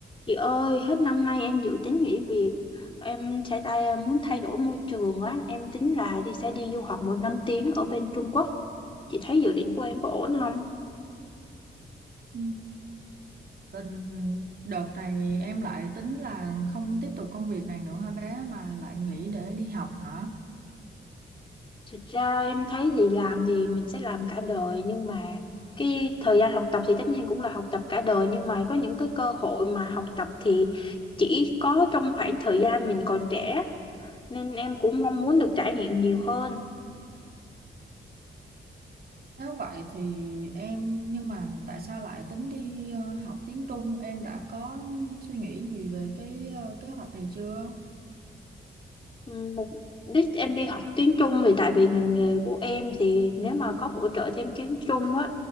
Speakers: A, on the left; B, on the right.
A: Chị ơi, hết năm nay em dự tính nghỉ việc. Em sẽ tay ờ, muốn thay đổi môi trường á, em tính là đi sẽ đi du học một năm tiếng ở bên Trung Quốc. Chị thấy dự định của em có ổn không?
B: Ừ. Tình đợt này em lại tính là không tiếp tục công việc này nữa hả bé mà lại nghỉ để đi học hả?
A: Thực ra em thấy thì làm thì mình sẽ làm cả đời nhưng mà cái thời gian học tập thì tất nhiên cũng là học tập cả đời nhưng mà có những cái cơ hội mà học tập thì chỉ có trong khoảng thời gian mình còn trẻ nên em cũng mong muốn được trải nghiệm nhiều hơn.
B: Nếu vậy thì em nhưng mà tại sao lại tính đi ờ, học tiếng Trung? Em đã có suy nghĩ gì về cái ờ, kế hoạch này chưa?
A: Một đích em đi học tiếng Trung thì tại vì ngành nghề của em thì nếu mà có bổ trợ thêm tiếng Trung á